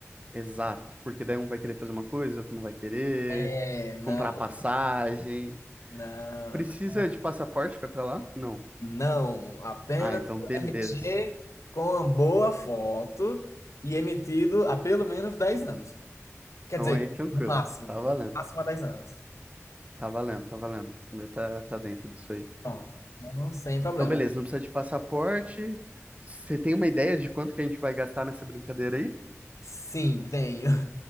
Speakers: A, on the right; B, on the left.
A: Exato. Porque daí um vai querer fazer uma coisa, outro não vai querer.
B: É, não,
A: Comprar passagem.
B: não, não,
A: Precisa
B: não.
A: de passaporte pra ir pra lá? Não.
B: Não, apenas
A: Ah, então
B: o
A: beleza.
B: RG com uma boa foto e emitido há pelo menos 10 anos. Quer
A: Então
B: dizer,
A: aí tranquilo.
B: no máximo,
A: Tá
B: no
A: valendo.
B: máximo há 10 anos.
A: Tá valendo, tá valendo. O meu tá, tá dentro disso aí.
B: Pronto, não sem problema.
A: Então beleza, não precisa de passaporte. Você tem uma ideia de quanto que a gente vai gastar nessa brincadeira aí?
B: Sim, tenho. <laughs>